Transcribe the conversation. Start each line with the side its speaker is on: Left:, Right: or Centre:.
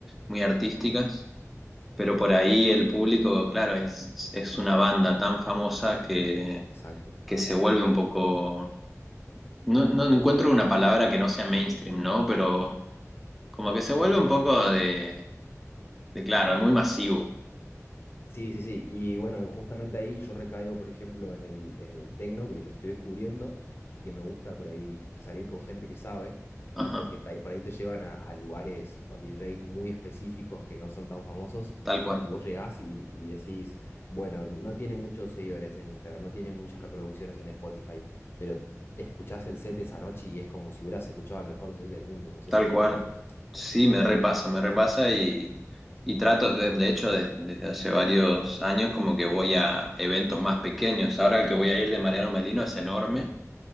Centre: muy artísticas. Pero por ahí el público, claro, es, es una banda tan famosa que,
Left: exacto.
Centre: que se vuelve un poco, no, no encuentro una palabra que no sea mainstream, ¿no? Pero como que se vuelve un poco de, de claro, muy masivo.
Left: Sí, sí, sí. Y bueno, justamente ahí yo recaigo, por ejemplo, en el, en el tecno, que lo estoy descubriendo y que me gusta por ahí salir con gente que sabe,
Centre: Ajá,
Left: porque ta- por ahí te llevan a, a lugares con DJs muy específicos que no son tan famosos
Centre: tal cual,
Left: y vos llegás y, y decís, bueno, no tiene muchos seguidores en Instagram, no tiene muchas reproducciones en Spotify, pero escuchás el set esa noche y es como si hubieras escuchado al mejor DJ del mundo. No sé
Centre: tal
Left: si te
Centre: cual.
Left: pasa alguna vez.
Centre: Sí, me repasa, me repasa y, y trato, de, de hecho, de- desde hace varios años como que voy a eventos más pequeños. Ahora el que voy a ir de Mariano Melino es enorme,